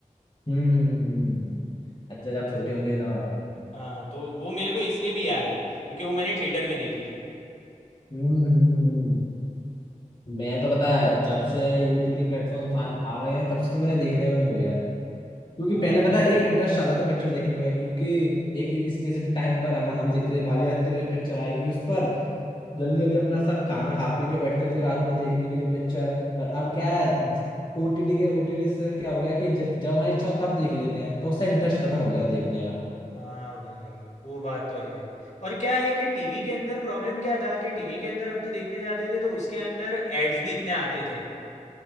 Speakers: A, on the left; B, on the left.
A: हम्म हम्म, हम्म। अच्छा जब छोटे होंगे तब आप
B: हाँ तो वो मेरे को इसलिए भी याद है क्योंकि वो मैंने थिएटर में देखी थी
A: हम्म हम्म, हम्म। मैं तो पता है जब से ये ओटीटी प्लेटफॉर्म आ आ गए हैं तब से तो मैंने देखना ही बंद हो गया है क्योंकि
B: हाँ
A: पहले पता
B: भाई
A: है एक इंटरेस्ट आता था पिक्चर देखने में क्योंकि एक स्पेसिफिक टाइम पर हम हम देखते थे भाई यार इतने बजे पिक्चर आएगी उस पर जल्दी जल्दी अपना सब खाना खा पी के बैठते थे रात में देखने के लिए पिक्चर पर अब क्या है ओटीटी के ओटीटी से क्या हो गया कि ज, जब हमारी इच्छा हो तब देख लेते हैं तो उससे इंटरेस्ट खत्म हो गया देखने का
B: हाँ भाई वो बात तो है और क्या है कि टीवी के अंदर प्रॉब्लम क्या था कि टीवी के अंदर अपने देखने जाते थे तो उसके अंदर एड्स भी इतने आते थे